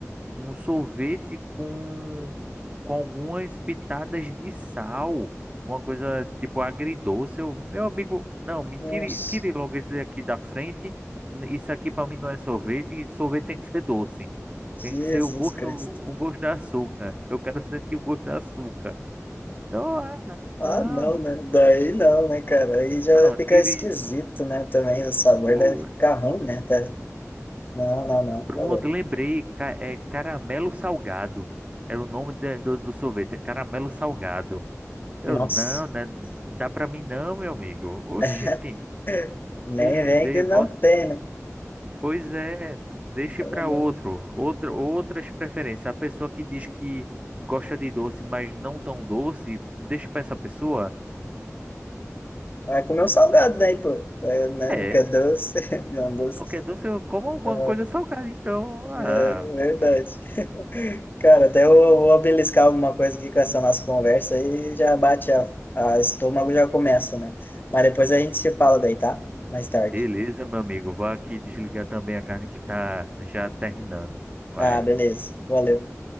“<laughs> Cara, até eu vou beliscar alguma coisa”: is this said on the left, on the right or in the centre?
Left